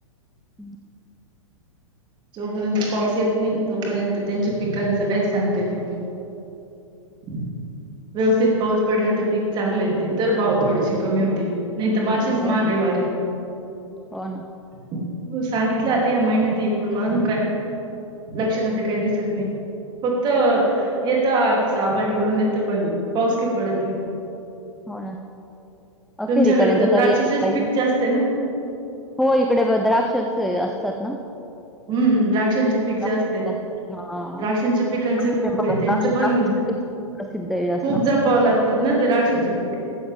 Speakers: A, in the centre; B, on the right (about 25°).
A: हम्म.
B: जोपर्यंत पाऊस येत नाई तोपर्यंत त्यांच्या पिकांचं काही सांगता येत नाही. हम् व्यवस्थित पाऊस पडल्या तर पीक चांगले येतील तर भाव थोडेसे कमी होतील नाही तर माशीच
A: हो
B: महागई
A: ना
B: वाढेल
A: हो ना
B: हो सांगितलं आता या महिनत येईल पण मला काय लक्षण ते काही दिसत नाही फक्त येत साबाड भरून येतं पण पाऊस क पडत नाही
A: हो ना अखेरीपर्यंत
B: तुमच्याकडे तर द्राक्षचेच
A: तरी यायला पाहिजे
B: पीक जास्त आहे ना
A: हो इकडे द्राक्ष असतात ना
B: हम्म द्राक्षांचे पीक
A: द्राक्ष
B: जास्त आहे
A: असतात हा.
B: राक्षंच्या पिकांचं
A: द्राक्ष
B: खूप आहे त्यांचं
A: द्राक्षासाठीच
B: पण
A: प्रसिद्ध आहे जास्त
B: खूप जापाव लागतात ना ते राक्षांच्या पिक